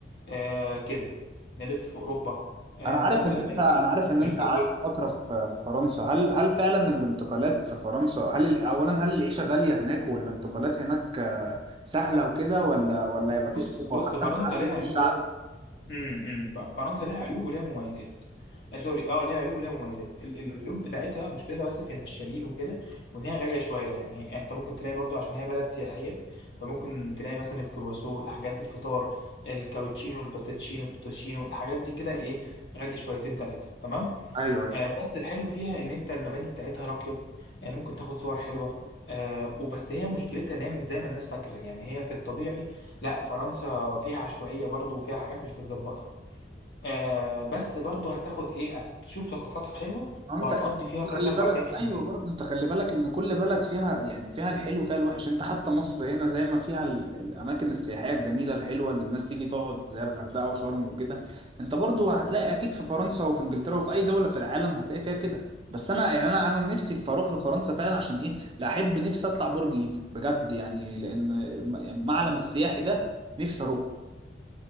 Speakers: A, on the left (about 60°); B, on the right (about 30°).
A: آه كده نلف في أوروبا آه
B: انا
A: نشوف
B: عارف ان
A: الأماكن
B: انت انا عارف ان
A: والج...
B: انت قعدت
A: وال...
B: فتره في في فرنسا هل هل فعلا الانتقالات في فرنسا هل ال- اولا هل العيشه غاليه هناك والانتقالات هناك آه، سهله وكده ولا ولا هيبقى في
A: بص
B: صعوبه
A: بص
B: حتى
A: فرنسا
B: في التعامل
A: ليها
B: مع
A: عيوب
B: الشعب
A: وليها امم بقى فرنسا ليها عيوب وليها مميزات آه سوري اه ليها عيوب وليها مميزات ال- ال- العيوب بتاعتها مشكلتها بس في النشالين وكده وان هي غاليه شويه يعني هي- يعني انت ممكن تلاقي برضو عشان هي بلد سياحيه فممكن تلاقي مثلا الكرواسو الحاجات الفطار الكابتشينو الباتشينو التوتشينو الحاجات دي كده ايه غاليه شويتين ثلاثه تمام
B: ايوه
A: آه بس الحلو فيها ان انت المباني بتاعتها راقيه آه ممكن تاخد صور حلوه آه وبس هي مشكلتها ان هي مش زي ما الناس فاكره يعني هي في الطبيعي لا فرنسا فيها عشوائيه برضو وفيها حاجات مش متظبطه آه بس برضه هتاخد ايه هتشوف ثقافات حلوه
B: هو انت
A: وهتقضي
B: انت
A: فيها 3
B: خلي
A: 4
B: بالك
A: ايام حلوين
B: ايوه برضه انت خلي بالك ان كل بلد فيها يعني فيها الحلو وفيها الوحش انت حتى مصر هنا زي ما فيها ال- الاماكن السياحيه الجميله الحلوه اللي الناس تيجي تقعد زي الغردقه وشرم وكده انت برضه هتلاقي اكيد في فرنسا وفي انجلترا وفي اي دوله في العالم هتلاقي فيها كده بس انا يعني انا انا نفسي في اروح في فرنسا فعلا عشان ايه لا احب نفسي اطلع برج ايفل بجد يعني لان المعلم السياحي ده نفسي اروح